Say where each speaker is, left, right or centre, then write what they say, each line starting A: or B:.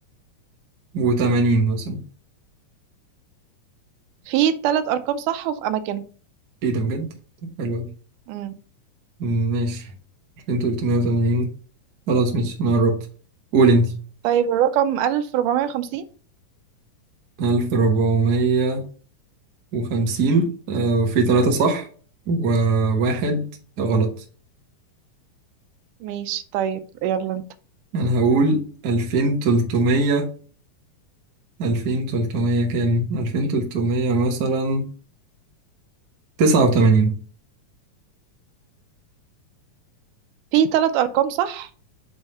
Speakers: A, on the right; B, on the right.
A: وتمانين مثلا
B: في تلات أرقام صح وفي أماكنهم
A: ايه ده بجد؟ طب حلو أوي
B: مم.
A: أم، ماشي ألفين تلتمية وتمانين خلاص ماشي أنا قربت قول انت
B: طيب الرقم 1450
A: ألف ربعمية وخمسين آه، وفي تلاتة صح وواحد غلط
B: ماشي طيب يلا انت
A: انا هقول 2300 2300 كام 2300 مثلا 89
B: في ثلاث أرقام صح